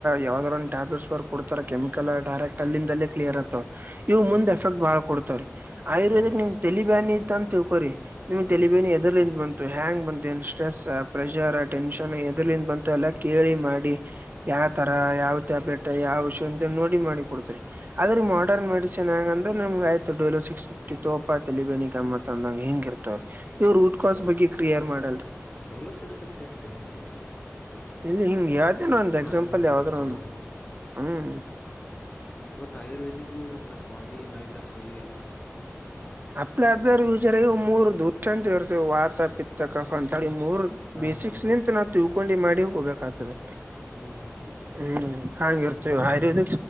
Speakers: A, on the right; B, on the left.
A: ಯಾವ್ದಾದ್ ಒಂದು ಟ್ಯಾಬ್ಲೆಟ್ಸ್ ಬರು ಕೊಡ್ತಾರೆ ಕೆಮಿಕಲ್ ಡರೆಕ್ಟ್ ಅಲ್ಲಿಂದ ಅಲ್ಲೇ ಕ್ಲಿಯರ್ ಆ ತ್ತ್ ಇವು ಮುಂದ್
B: ಓಕೆ
A: ಎಫೆಕ್ಟ್ ಬಾಳ್ ಕೊಡ್ತವ ರೀ ಆಯುರ್ವೇದಕ್
B: ಸ್ಯಾಡ
A: ನಿಮ್ ತಲಿಬ್ಯಾನಿ ಇತ್ ಅಂತ ತಿಳ್ಕೋರಿ ನಿಮ್
B: ಹಾ
A: ತಲಿಬ್ಯಾನಿ ಎದರಲಿಂದ ಬು ಹ್ಯಾಂಗ್ ಬಂತು ಸ್ಟ್ರೆಸ್ ಪ್ರೆಷರ್ ಟೆನ್ಷನ್ ಎದರಿಂದ ಬಂತು ಎಲ್ಲ ಕೇಳಿ ಮಾಡಿ ಯಾಕ್ ಯಾವ್ ತರ ಯಾವ್ ಟ್ಯಾಬ್ಲೆಟ್ ಯಾವ ವಿಷ ಅಂತ ನೋಡಿ ಮಾಡಿ ಕೊಡ್ತರಿ ಆದ್ರ ಮಾಡೋರ್ನ್
B: ಹ್ಮ್.
A: ಮೆಡಿಸನ್ ಹೆಂಗಂದ್ರ ಅ ನಮಗೆ ಆಯ್ತ ಡೊಲೊ ಸಿಕ್ಸ್ ಫಿಫ್ಟಿ ತೋಪಾ ತಲಿಬ್ಯಾನಿ ಕಮ್ಮ ಆತ ಅಂದಂಗ ಹಿಂಗ ಇರ್ತವ್ ಇವರ್ ರೂಟ್ ಕ್ರಾಸ್
B: ಏ
A: ಬಗ್ಗೆ ಕ್ರಿಯರ್ ಮಾಡಲ್ರೀ
B: ಡೋಲೋ ಸಿಕ್ಸ್ ಫಿಫ್ಟಿ ಆಗ ತಲಿ ಬ್ಯಾನಿಗ್ರಿ
A: ಇಲ್ಲಿ ಹಿಂಗ್ ಹೇಳಿತೀನಿ ಯಾವದರ ಒಂದು
B: ಹಾ
A: ಎಕ್ಸಾಂಪಲ್
B: ಹಾ
A: ಯಾವ್ದ್ರ
B: ಹಾ ಕಾಮನ್
A: ಹ್ಮ್
B: ಮತ್ತ ಆಯುರ್ವೇದಿಕ್ ನ ಮತ್ತ ಬಾಡಿ ಮೈಂಡ್ ಸೋಲಿ
A: ಅಲ ಅಧರ್ ವಿಚಾರವ ಮೂರು ದದುಶಾಂತವ ವಾರ್ತ ಪಿತ್ತ ಕಫ ಅಂತ ಮೂರ್
B: ಹಾ
A: ಬೇಸಿಕ್ಸ್
B: ಹಾ
A: ನಿಂತ ನಾವು ತಿಳ್ಕೊಂಡಿ ಮಾಡಿ ಹೋಗ್ಬೇಕತದೆ
B: ಹ್ಮ್ ಹ್ಮ್
A: ಹ್ಮ್ ಹಂಗಿರ್ತೇವಿ
B: ಮತ್
A: ಹಾಡಿದ